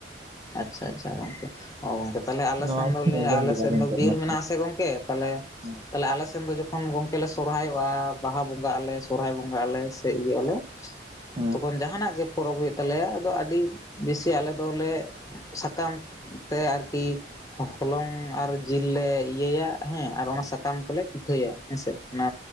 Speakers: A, on the left; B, on the right.
A: ᱟᱪᱪᱷᱟ ᱟᱪᱪᱷᱟ ᱜᱚᱝᱠᱮ ᱚ ᱜᱚᱝᱠᱮ ᱛᱟᱦᱚᱞᱮ ᱟᱞᱮ
B: ᱱᱟᱣᱟ
A: ᱥᱮᱱ ᱫᱚ
B: ᱜᱮᱞᱤᱧ ᱟᱸᱡᱚᱢ
A: ᱟᱞᱮ
B: ᱠᱮᱫᱟ
A: ᱥᱮᱱ
B: ᱜᱚᱝᱠᱮ
A: ᱫᱚ ᱵᱤᱨ
B: ᱚᱱᱟ
A: ᱢᱮᱱᱟᱜ
B: ᱠᱚᱫᱚ
A: ᱟ ᱥᱮ ᱜᱚᱝᱠᱮ ᱛᱟᱦᱮ
B: ᱦᱮᱸ
A: ᱛᱟᱦᱞᱮ ᱟᱞᱮ ᱥᱮᱱ ᱫᱚ ᱡᱚᱠᱷᱚᱱ ᱠᱷᱚᱱ ᱜᱚᱝᱠᱮ ᱞᱮ ᱥᱚᱨᱦᱟᱭᱚᱜ-ᱟ ᱵᱟᱦᱟ ᱵᱚᱸᱜᱟᱜ ᱟᱞᱮ ᱥᱚᱨᱦᱟᱭ ᱵᱚᱸᱜᱟᱜ ᱟᱞᱮ ᱥᱮ ᱤᱭᱟᱹᱜ ᱟᱞᱮ
B: ᱦᱮᱸ
A: ᱛᱚᱠᱷᱚᱱ ᱡᱟᱦᱟᱱᱟᱜ ᱜᱮ ᱯᱚᱨᱚᱵᱽ ᱦᱩᱭᱩᱜ ᱛᱟᱞᱮᱭᱟ ᱟᱫᱚ ᱟᱹᱰᱤ ᱵᱮᱥᱤ ᱟᱞᱮ ᱫᱚᱞᱮ ᱥᱟᱠᱟᱢ ᱛᱮ ᱟᱨᱠᱤ ᱦᱚᱞᱚᱝ ᱟᱨ ᱡᱤᱞ ᱞᱮ ᱤᱭᱟᱹᱭᱟ ᱦᱮᱸ ᱟᱨ ᱚᱱᱟ ᱥᱟᱠᱟᱢ ᱛᱮᱞᱮ ᱯᱤᱴᱷᱟᱹᱭᱟ ᱦᱮᱸᱥᱮ᱾ ᱚᱱᱟ